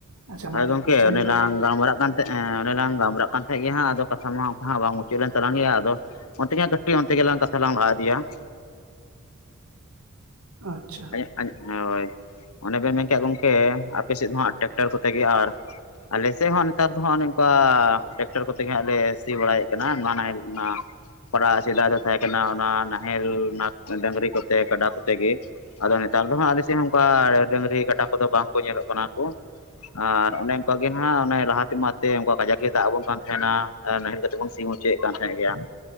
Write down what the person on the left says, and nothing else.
ᱦᱳᱭ
ᱜᱚᱝᱠᱮ
ᱚᱱᱮ
ᱞᱟᱝ ᱜᱟᱞᱢᱟᱨᱟᱜ ᱠᱟᱱ <unintelligible> ᱮᱸ ᱚᱱᱮ ᱞᱟᱝ ᱜᱟᱞᱢᱨᱟᱜ ᱠᱟᱱ ᱛᱟᱦᱮᱸᱜ ᱜᱮ ᱦᱟᱸᱜ ᱟᱫᱚ ᱠᱟᱛᱷᱟ ᱢᱟ ᱚᱱᱠᱟ ᱦᱟᱸᱜ ᱵᱟᱝ ᱢᱩᱪᱟᱹᱫ ᱞᱮᱱ ᱜᱮᱭᱟ ᱟᱫᱚ ᱚᱱᱛᱮ ᱜᱮ ᱦᱟᱸᱜ ᱠᱟᱹᱴᱤᱡ ᱚᱱᱛᱮ ᱜᱮᱞᱟᱝ ᱠᱟᱛᱷᱟ ᱞᱟᱝ ᱞᱟᱦᱟ ᱤᱫᱤᱭᱟ ᱾
ᱦᱳᱭ ᱚᱱᱮ ᱵᱮᱱ ᱢᱮᱱ ᱠᱮᱜ-ᱟ ᱜᱚᱝᱠᱮ ᱟᱯᱮ ᱥᱮᱫ ᱫᱚ ᱦᱟᱸᱜ ᱴᱮᱠᱴᱟᱨ ᱠᱚᱛᱮ ᱜᱮ ᱟᱨ ᱟᱞᱮᱥᱮᱫ ᱦᱚᱸ ᱱᱮᱛᱟᱨ ᱫᱚ ᱦᱟᱜ ᱱᱚᱝᱠᱟ ᱴᱮᱠᱴᱟᱨ ᱠᱚᱛᱮ ᱜᱮ ᱦᱟᱸᱜ ᱞᱮ ᱥᱤ ᱵᱟᱲᱟᱭᱮᱫ ᱠᱟᱱᱟ, ᱱᱚᱣᱟ ᱱᱟᱦᱮᱞ ᱚᱱᱟ ᱯᱟᱲᱟᱜ ᱥᱮᱫᱟᱭ ᱫᱚ ᱛᱟᱦᱮᱸ ᱠᱟᱱᱟ ᱚᱱᱟ ᱱᱟᱦᱮᱞ, ᱚᱱᱟ ᱰᱟᱹᱟᱝᱨᱤ ᱠᱚᱛᱮ, ᱠᱟᱰᱟ ᱠᱚᱛᱮ ᱜᱮ ᱾ ᱟᱫᱚ ᱱᱮᱛᱟᱨ ᱫᱚ ᱦᱟᱸᱜ ᱟᱞᱮ ᱥᱮᱫ ᱦᱚᱸ ᱚᱱᱠᱟ ᱰᱟᱹᱝᱨᱤ ᱠᱟᱰᱟ ᱠᱚᱫᱚ ᱵᱟᱝ ᱠᱚ ᱧᱮᱞᱚᱜ ᱠᱟᱱᱟ ᱠᱚ ᱾ ᱟᱨ ᱚᱱᱮ ᱚᱱᱠᱟ ᱜᱮ ᱱᱟᱸᱦᱜ ᱚᱱᱮ ᱞᱟᱦᱟ ᱛᱮᱢᱟ ᱮᱛᱮ ᱚᱱᱠᱟ ᱠᱟᱡᱟᱠ ᱜᱮ ᱫᱟᱜ ᱟᱵᱚᱱ ᱠᱟᱱ ᱛᱟᱦᱮᱱᱟ ᱾ ᱮᱸ ᱱᱟᱦᱮᱞ ᱠᱟᱛᱮ ᱵᱚᱱ ᱥᱤ ᱦᱚᱪᱚᱭᱮᱫ ᱠᱟᱱ ᱛᱟᱦᱮᱸᱜ ᱜᱮᱭᱟ ᱾